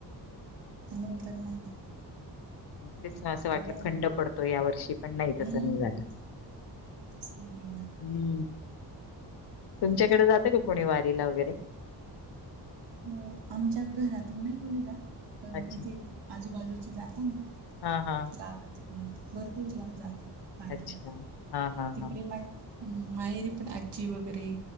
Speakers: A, on the right; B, on the left.
A: नंतर मग
B: तेच ना असं वाटलं
A: उघडला
B: खंड
A: मग
B: पडतो या वर्षी पण नाही तसं
A: हम्म
B: नाही झालं
A: तसं नाही काही झालं
B: हम्म तुमच्याकडे
A: पण
B: जात का कोणी वारीला वगैरे
A: हो आमच्या घरातून नाही कोणी जात पण
B: अच्छा
A: इथे आजूबाजूचे जाता ना
B: हा हा
A: गाव भरपूरला जात मारीला
B: अच्छा हा हा
A: तिकडे
B: हा
A: मा हम् माहेरी पण आजी वगैरे